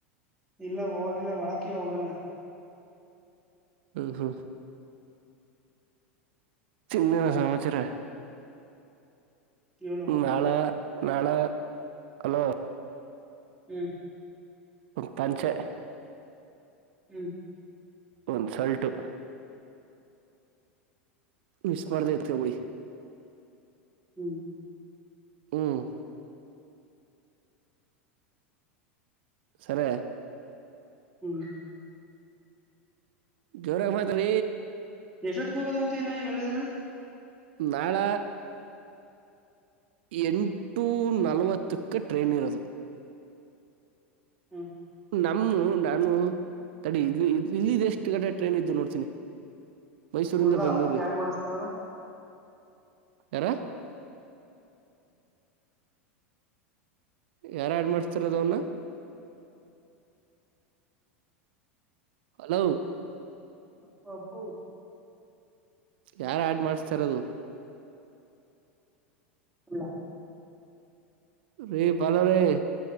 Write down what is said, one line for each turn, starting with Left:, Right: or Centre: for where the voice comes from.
Centre: ಇಲ್ಲ ಹೋಗ್ಿಲ್ಲ ಒಳಕಿ ಹೋಗೋಣ
Right: ಹ್ಮ್ ಹ್ಮ್ ತಿಿನ್ನನ ಸಮಚರ
Centre: ಹ
Right: ನಾಳೆ ನಾಳೆ ಹಲೋ
Centre: ಹ್ಮ್
Right: ತಚೆ <inaudible>
Centre: ಹ್ಮ್
Right: ಒಂದ್ ಶಲ್ತು ಮಿಸ್ ಮಾಡ್ದ ಇತ್ಕೊಬಿಡಿ
Centre: ಹ್ಮ್
Right: ಹ್ಮ್ ಸರಿ
Centre: ಹ್ಮ್
Right: ಜೋರ ಮಾತ್ೀ
Centre: ಯಶೋದ್ಗ ಹೋಗೋದು ಅಂತಏನ ಹೇಳಿದನ
Right: ನಾಳ ಎಂಟು ನಲ್ವತ್ತಕ್ಕೆ ಟ್ರೈನ್ ಇರೋದು
Centre: ಹ್ಮ್
Right: ನಮ್ಮ ನಾನು ತಡೆ ಇ ಇಲ್ಲಿ ಎಷ್ಟು ಗಡೆ ಟ್ರೈನ್ ಇದ್ದು ನೋಡ್ತೀನಿ ಮೈಸೂರಿಂದ
Centre: ಕುಳ್ಳ
Right: ಬೆಂಗಗಳೂರ್ಗೆ
Centre: ಅಪ್ಪನ್ ಆಡ್ ಮಾಡಿಸ್ತಾವನ
Right: ಯಾರ ಯಾರ ಆಡ್ ಮಾಡ್ಸ್ತಿರ ಅದ ಅವನ್ನ ಹಲೋ
Centre: ಅಪ್ಪ ಅಪ್ಪ
Right: ಯಾರು ಆಡ್ ಮಾಡಿಸಸ್ತಾರ ಅದು
Centre: ಹ
Right: ರೀ ಬಲ ರೀ